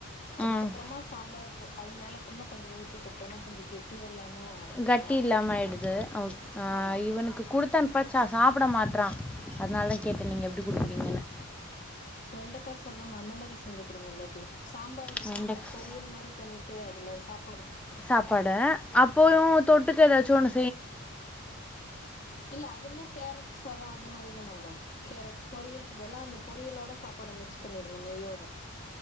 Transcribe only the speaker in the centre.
ம்
கட்டி
இல்லாம ஆயிடுது ஆஹ்
இவனுக்கு கொடுத்தன
பச்ச
சாப்ட மாட்டறான் அதனால கேட்டேன் நீங்க எப்டி குடுக்குறீங்கன்னு
வெண்டைக்காய்
சாப்பாடு அப்பயும் தொட்டுக்க ஏதாச்சும் ஒண்ணு